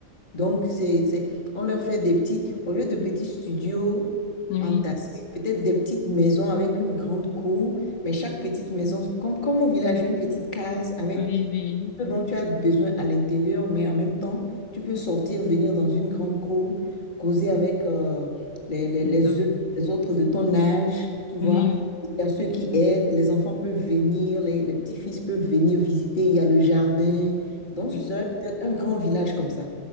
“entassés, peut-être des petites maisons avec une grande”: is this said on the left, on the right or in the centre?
Left